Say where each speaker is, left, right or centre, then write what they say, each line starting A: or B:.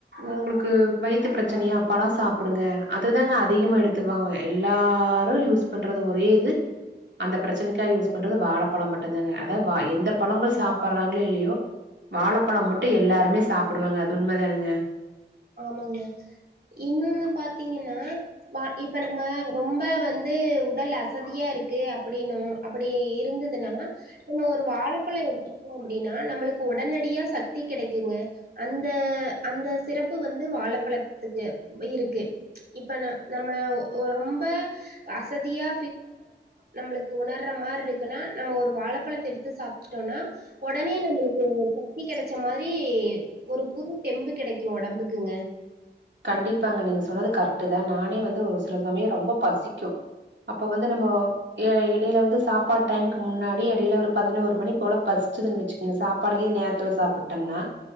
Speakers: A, on the right (about 85°); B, on the right (about 60°).
A: உங்களுக்கு வயித்து பிரச்சனையா பழௌ சாப்புடுங்க அதுதாங்க அதிகமா எடுத் துவோ எல்லாரு யூஸ் பண்றது ஒரே இது அந்த பிரச்சனைக்கா யூஸ் பண்றது வாழபழோ மட்டும்தாங்க அதாவ் எந்த பழோங்கள் சாப் பர்றாங்களோ இல்லையோ வாழப்பழோ மட்டு எல்லாருமே சாப்புடுவாங்க அது உண்மதானுங்க
B: ஆமாங்க இன்னொன்னு பாத்தீங்கன்னா வா இப்ப நம்ம ரொம்ப வந்து உடல் அசதியா இருக்கு அப்படின்னு அப்டி இருந்ததுன்னா நம்ம ஒரு வாழைப்பழ எடுத்துட்டோ அப்டின்னா நம்மளுக்கு உடனடியா சக்தி கிடைக்குங்க அந்த அந்த சிறப்பு வந்து வாழைப்பழத்துக்கு இருக்கு இப்ப ந நம்ம ரொம்ப அசதியா நம்மளுக்கு உணர்ற மாதிரி இருக்குன்னா நம்ம ஒரு வாழைப்பழத்தை எடுத்து சாப் னா உடனே நம்மளுக்கு சக்தி கிடைச்ச மாரி ஒரு புது தெம்பு கிடைக் உடம்புக்குங்க
A: கண்டிப்பாங்க நீங்க சொன்னது கரெக்ட் தா நானே வந்து ஒரு சில சமயம் ரொம்ப பசிக்கு அப்ப வந்து நம்ம இடையில வந்து சாப்பாட்டு டைமுக்கு முன்னாடி இடையில ஒரு பதினோரு மணி போல பசிச்சுயிருந்துச்சு ங்க சாப்பாடயு நேரத்துல சாப்பிட்டோம்னா